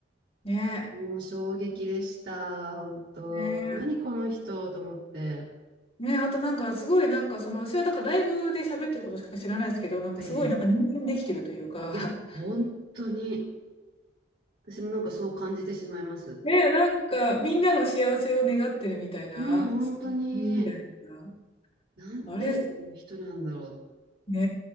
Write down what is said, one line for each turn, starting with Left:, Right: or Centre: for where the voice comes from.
Left: う。ね
Right: もう衝撃でした。本当。
Left: え。ねえ。
Right: 何この人と思って。
Left: ね、あとなんかすごいなんかその私はだからライブで喋ってることしか知らないですけどなんかすごいなんか人間できてるというか
Right: ええ。いや、本当に。
Left: <laughs>
Right: 私もなんかそう感じてしまいます。
Left: ね、なんかみんなの幸せを願ってるみたいなそういうみたいな
Right: うん、本当に。なんていう人なんだろう。
Left: あれね